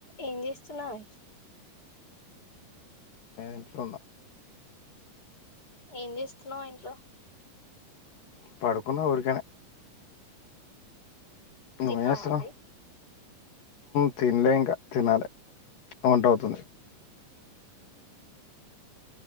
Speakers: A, on the left; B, on the left.
A: ఏంజస్ నయి
B: ఏట్లో ఉన్నా
A: ఏం చేస్తున్నావు ఇంట్లో
B: పడుకున్న ఊరికనా నువ్వేం
A: తిన్నావా
B: చేస్తున్నావ్
A: మరి
B: తినలే ఇంకా తినాలి ఉంటవుతుంది